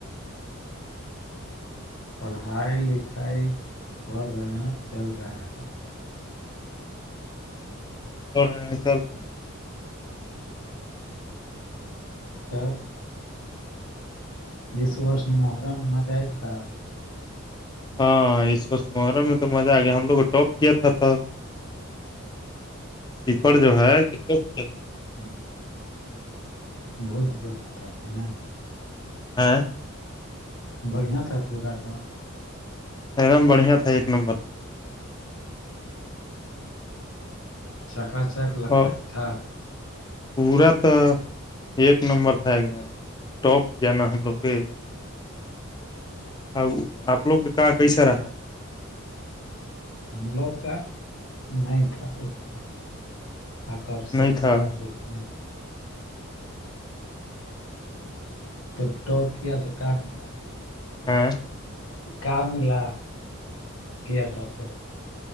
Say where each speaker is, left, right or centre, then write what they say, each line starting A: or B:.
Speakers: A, on the left; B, on the left.
A: پڑھائی لکھائی پڑ رہے ہیں چل رہے ہیں
B: اور رہ چل رہا <unintelligible> لکھائی۔
A: تو <unintelligible> ج وورس محرم مذید تھا <unintelligible>
B: ہاں اس وقت مروں میں تو مزہ آ گیا ہم لوگوں کو ٹاپ کیا تھا <unintelligible> سپر جو ہے کتنے <unintelligible>
A: ہوں <unintelligible> بہت بڑیا تھاتے ہیں <unintelligible>
B: ہاں <unintelligible>
A: بڑھیا تھا پورا گم <unintelligible>
B: ایک دم بڑھیا تھا ایک نمبر تھا
A: چکا چک لگ
B: اور
A: رہا تھا
B: پورا تو ایک نمبر تھا ایک دم ٹاپ ج نا ہم لوگ کے <unintelligible> ہ آپ لوگ کا کہاں کیسا رہا
A: ہم لوگ کا نہیں تھا اتنا آک سب
B: نہیں تھا
A: دیکھنے <unintelligible> تب ٹاپ کیا تو ک ملا <unintelligible>
B: ہاں
A: کا ملا گیا تھا تو <unintelligible>